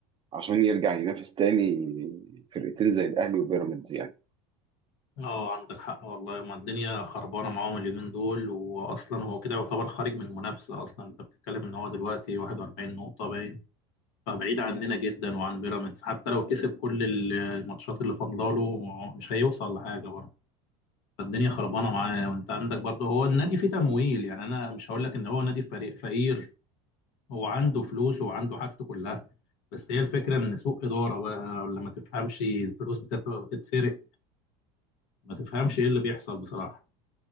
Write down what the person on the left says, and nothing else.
اه عندك حق والله ما الدنيا خربانه معاهم اليومين دول واصلا هو كده يعتبر خارج من المنافسه اصلا انت بتتكلم ان هو دلوقتي 41 نقطه باين فبعيد عننا جدا وعن بيراميدز حتى لو كسب كل الماتشات اللي فاضلاله مش هيوصل لحاجه برضه فالدنيا خربانه معاه وانت عندك برضه هو النادي فيه تمويل يعني انا مش هقول لك ان هو نادي فريق فقير هو عنده فلوس وعنده حاجته كلها بس هي الفكره ان سوء اداره بقى ولا ما تفهمش الفلوس بتت- بتتسرق ما تفهمش ايه اللي بيحصل بصراحه